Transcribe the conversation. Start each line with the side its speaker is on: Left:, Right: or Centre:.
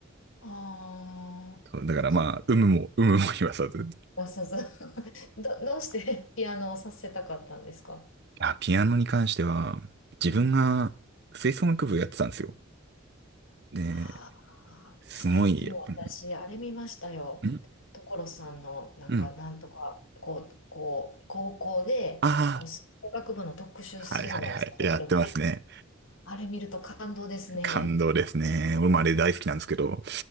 Left: ああ、
Right: そうだからまあ、
Left: そっ
Right: 有無も、有無も言わさず。
Left: か。そうそう。<laughs> ど、どうしてピアノをさせたかったんですか
Right: あ、ピアノに関しては、自分が吹奏楽部やってたんですよ。
Left: はい
Right: で、
Left: ああ、
Right: すごい、
Left: 最近私、
Right: やっぱ
Left: あれ見ましたよ。
Right: ん
Left: 所さんの、なんか、
Right: うん。
Left: なんとか、こう、こう、高校で、
Right: あ
Left: こう、吹奏楽部の特集するじゃないですか、
Right: あ、はいはいはい。
Left: 時々。
Right: やってますね。
Left: あれ見ると感動ですね。
Right: 感動ですね。俺もあれ大好きなんですけど。